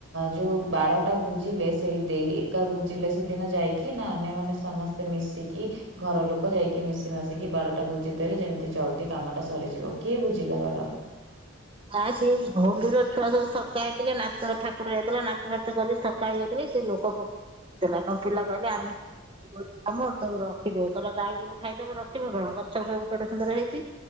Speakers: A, on the right (about 65°); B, on the right (about 25°).
A: ଯେଉଁ ବାଡ଼ଟା ବୁଜିଲେ ସେଇ ଦେଇ ଏକା ବୁଝିଲେ ସେଦିନ ଯାଇକି। ନା ଅନ୍ୟମାନେ ସମସ୍ତେ ମିଶିକି ଘର ଲୋକ ଯାଇକି ମିଶି ମାସିକି ବାଡଟା ବୁଜିଦେଲେ ଯେମିତି ଜଲଦି କାମଟା ସରିଯିବ। କିଏ ବୁଝିଲା ବାଡ?
B: ଆ ସି ହୋଲିର ଛୁଆ ସବୁ ଥକା ହେଇଥିଲେ ନା ଠାକୁର ଯାଇଥିଲା ନା। ହଘାତ କରି ଥକା ହେଇ ଯାଇଥିଲେ। ସେ ଲୋକ ପକ୍ଷ କହୁଥିଲା ନ ପିଲା କହିଲେ ଆମେ ତମର ତବୁ ରଖିଦେ। କହିଲା ଗାଈ ଗୋରୁ ଖାଇଦବେ ରଖିବେ କଣ? ଗଛ ଫ କେଡେ ସୁନ୍ଦର ହେଇଛି।